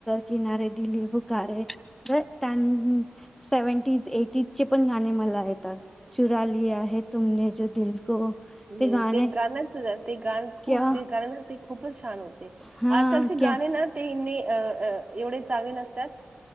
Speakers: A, in the centre; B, on the right.
A: किनारे दिली फुकारे त्यां सेवन एटीज चे पण गाणे मला येतात चुरा लिया हे तुमने जो दिल को
B: हम्
A: गाणे
B: ते गाणच ते गाण खूप
A: क्या
B: ते गाणं ते खूपच छान होते
A: हा
B: आजकालचे
A: क्या
B: गाणे ना ते अ अ एवढे चांगले नसतात